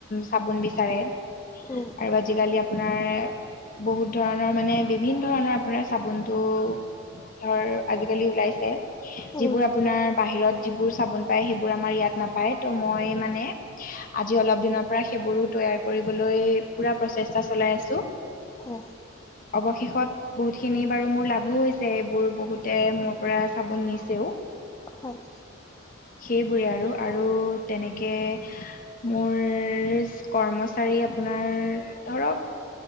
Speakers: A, on the left; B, on the left.
A: চাবোন বিচাৰে আৰু
B: উম
A: আজিকালি আপনাৰ বহুত ধৰণৰ মানে বিভিন্ ধৰণৰ আপোনাৰ চাবোনটো ধৰ আজিকালি ওলাইছে যিবোৰ
B: উম
A: আপোনাৰ বাহিৰত যিবোৰ চাবোন পায়, সেইবোৰ আমাৰ ইয়াত নাপায় ত' মই মানে আজি অলপ দিনৰ পৰা সেইবোৰো ত তৈয়াৰ কৰিবলৈ পুৰা প্ৰচেষ্টা চলাই আছো
B: হয়
A: অৱশেষত বহুতখিনি বাৰু মোৰ লাভো হৈছে এইবোৰ বহুতে মোৰ পৰা চাবন নিছেও
B: হয় <unintelligible>
A: সেইবোৰে আৰু, আৰু তেনেকে মোৰ কৰ্মচাৰী আপোনাৰ ধৰক